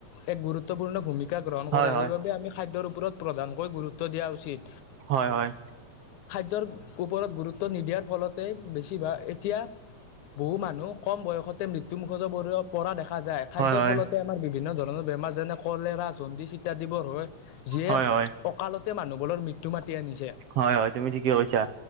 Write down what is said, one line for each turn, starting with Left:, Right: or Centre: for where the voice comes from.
Left: এক গুৰুত্বপূৰ্ণ ভূমিকা গ্ৰহণ
Right: হয়
Left: কৰে।
Right: হয়
Left: সেইবাবে আমি খাদ্যৰ ওপৰত প্ৰধানকৈ গুৰুত্ব দিয়া উচিত।
Right: হয়। হয়।
Left: <unintelligible> ওপৰত গুৰুত্ব নিদিয়াৰ ফলতে বেছিভাগ এতিয়া বহু মানুহ কম বয়সতে মৃত্যুমুখতো পৰিব, পৰা দেখ -খা যায়। খাদ্যৰ
Right: হয় হয়
Left: ফলতে আমাৰ বিভিন্ন ধৰণৰ বেমাৰ যেনে কলেৰা, জণ্ডিচ ইত্যাদিবোৰ হৈ যিয়ে
Right: হয় হয়।
Left: অকালতে মানুহবোৰৰ মৃত্যু মাতি আনিছে।
Right: হয়। হয়। তুমি ঠিকে কৈছা।